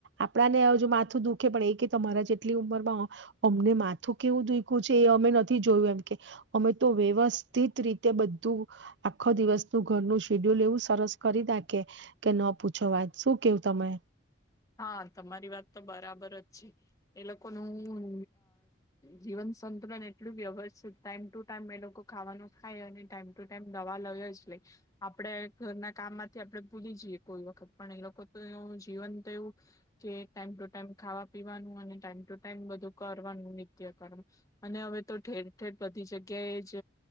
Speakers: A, on the right; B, on the left.
A: આપણા ને હજ માથું દુખે પણ એ કે તમારા જેટલી ઉંમરમાં હો અમને માથું કેવું દુખ્યું છે એ અમે નથી જોયું એમ કે અમે તો વ્યવસ્થિત રીતે બધું આખો દિવસનું ઘરનું શેડ્યુલ લેવું સરસ કરી દાખે કે ન પૂછો વાત શું કેવું તમે.
B: હા તમારી વાત તો બરાબર જ છે. એ લોકોનું જીવન સંતુલન એટલું વ્યવસ્થિત ટાઈમ ટુ ટાઈમ એ લોકો ખાવાનું ખાય અને ટાઈમ ટુ ટાઈમ દવા લાય જ. <unintelligible> આપણેે. ઘરના કામ માંથી આપણે ભૂલી જઈએ કોઈ વખત પણ એ લોકો તો જીવન એવું, કે ટાઈમ ટુ ટાઈમ ખાવા પીવાનું અને ટાઈમ ટુ ટાઈમ બધું કરવાનું નિત્યકમ, અને હવે તો ઠેર ઠેર બધી જગ્યાએ જ